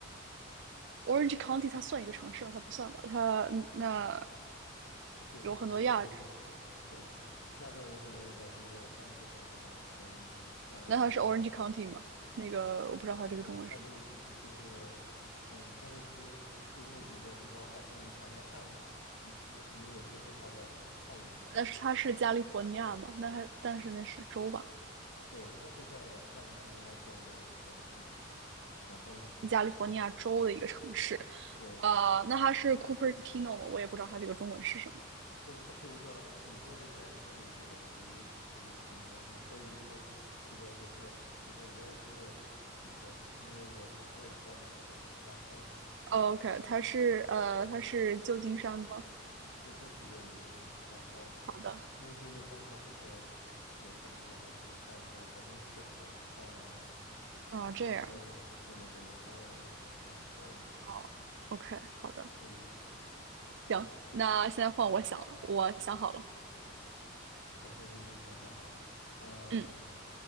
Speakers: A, on the right; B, on the left.
A: Orange County 它算一个城市吗？它不算吧？它嗯那
B: 它不，它我是一个城市，
A: 有很多亚，
B: 对，亚洲人可能有百分之三十左右吧，所以呃，
A: 那它是
B: 然后。
A: Orange County 吗？那个我不知道它这个中文是，
B: 它不是，它是一就是，嗯，它是其实是是那几个比较耳熟能详的汉语，你其实肯定也听过它的汉语名字啊。
A: 那是它是加利福尼亚吗？
B: 然后
A: 那它但是那是州吧？
B: 对，它是在加利福尼亚州的一个城市，然后，
A: 加利福尼亚州的一个城市，
B: 嗯，对，
A: 呃，那它是 Cupertino 吗？我也不知道它这个中文是什么。
B: 或者它是一个你说的这些名字我其实都没有听过。你说一个一个就是那些我也听过的名字，因为我我也不在美国，然后。
A: 哦 OK，它是呃，
B: 对。
A: 它是旧金山吗？
B: 对，它是旧金山，然后
A: 好的，
B: 因为旧金山它其实有差不多百分之三十、百分之四十，嗯，
A: 哦，这样，
B: 呃的的那个亚洲人，然后
A: 哦，OK，好的，
B: 对的
A: 行，那现在换我想了，我想好了，
B: ，OK，你已经想好了，呃，
A: 嗯，